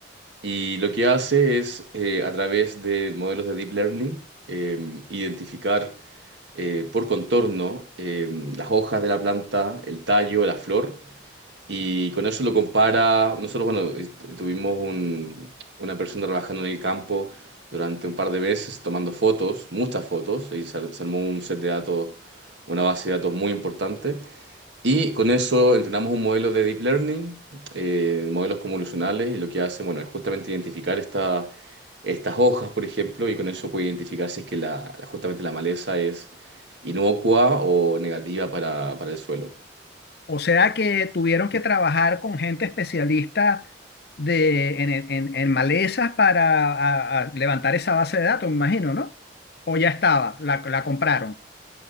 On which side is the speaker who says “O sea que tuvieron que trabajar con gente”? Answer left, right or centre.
Left